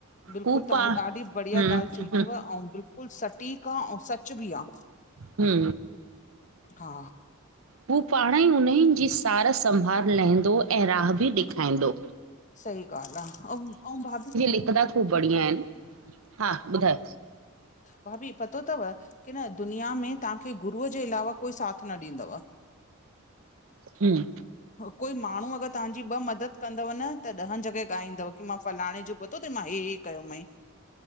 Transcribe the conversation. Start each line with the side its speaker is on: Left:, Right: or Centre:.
Left: बिल्कुल
Right: हू
Left: तां
Right: पा
Left: ॾाढी बढ़िया
Right: हम्म
Left: ॻाल्हि चई
Right: हम्म
Left: तव औं बिल्कुल बिल्कुल सटीक आ, औं सच बि आ।
Right: हू
Left: हा
Right: हू पाण्हंई हुनई जी सार संभाल लहिंदो ऐं राह बि ॾेखाईंदो
Left: सही ॻाल्ह आ अंउं -अंउं भाभी
Right: हिकु ॿ खूब बढ़िया हिनि, हा ॿुधायो
Left: भाभी पतो तव की न दुनिया में तहांखे गुरूअ जे अलावा कोई साथ न ॾींदव
Right: हम्म
Left: कोई माण्हूं अगरि तहांजी ॿ मदद कंदव न त ॾहनि जॻहि ॻाईंदव की मां फलाणे जो पतो तई मां हे हे कयो मंइ